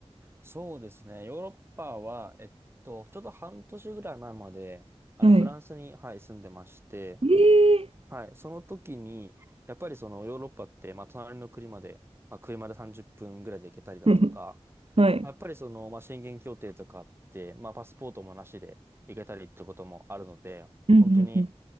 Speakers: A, on the right (about 20°); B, on the right (about 60°).
A: そうですね。ヨーロッパは、えっと、ちょうど半年ぐらい前まで、あの、
B: はい。
A: フランスに、はい、住んでまして、
B: ええ
A: はい、その時に、やっぱりそのヨーロッパって、まあ、隣の国まで、まあ、車で30分ぐらいで行けたりだとか、
B: ー、<laughs> はい。
A: まあやっぱりその、まあ、宣言協定とかあって、まあ、パスポートもなしで行けたりってこともあるので、
B: うんうんうん。
A: 本当に